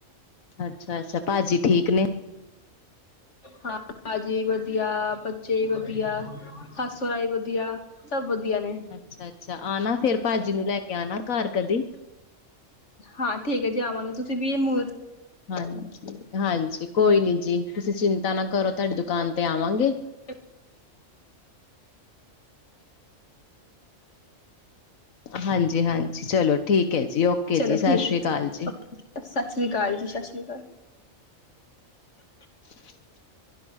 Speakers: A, on the left (about 85°); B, on the left (about 60°).
A: ਅੱਛਾ-ਅੱਛਾ, ਭਾਜੀ ਠੀਕ ਨੇ।
B: ਹਾਂ ਭਾਜੀ ਵਧੀਆ, ਬੱਚੇ ਵੀ ਵਧੀ। ਵਧੀਆ ਸੱਸ-ਸਹੂਰਾ ਵੀ ਵਧੀਆ, ਸਭ ਵਧੀਆ ਨੇ।
A: ਅੱਛਾ-ਅੱਛਾ, ਆਣਾ ਫਿਰ ਭਾਜੀ ਨੂੰ ਲੈ ਕੇ ਆਣਾ ਘਰ ਕਦੀ।
B: ਹਾਂ ਠੀਕ ਹੈ ਜੀ ਆਵਾਂਗੇ ਤੁਸੀਂ ਵੀ ਮੂਰ।
A: ਹਾਂਜੀ-ਹਾਂਜੀ ਕੋਈ ਨੀ ਜੀ, ਤੁਸੀਂ ਚਿੰਤਾ ਨਾ ਕਰੋ ਤੁਹਾਡੀ ਦੁਕਾਨ ਤੇ ਆਵਾਂਗੇ।
B: <inaudible>
A: ਹਾਂਜੀ, ਹਾਂਜੀ ਚਲੋ ਠੀਕ ਹੈ ਜੀ ਓਕੇ
B: ਚਲੋ
A: ਜੀ
B: ਠੀਕ
A: ਸਤਿ ਸ੍ਰੀ
B: ਏ,
A: ਅਕਾਲ ਜੀ।
B: ਸਤਿ ਸ਼੍ਰੀ ਅਕਾਲ ਜੀ, ਸਤਿ <inaudible>
A: <inaudible>